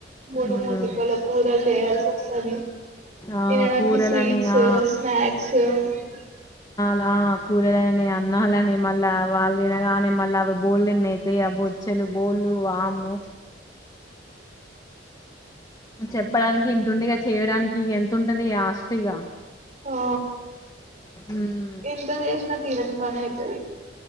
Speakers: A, on the right; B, on the left.
A: మూడు
B: ఉమ్
A: మూడుకల కూరలు చేయాల్సి వస్తది
B: ఆ
A: తినడానికి
B: కూరలని
A: స్వీట్స్
B: ఆ
A: స్నాక్స్ తాహ్
B: నాకున్ <inaudible> అన్నాలని మళ్ళ వాళ్ళ తినగానే మళ్ళా అవి బోల్లే న్నయి దే ఆ బొచ్చలు బోల్డ్ వామ్మె చెప్పడానికి ఇంతఉండిగా చేయడానికి ఎంత ఉంటది ఆస్టీగా
A: ఆ
B: ఉమ్
A: ఇంత జేషిన తీరని పని అయితది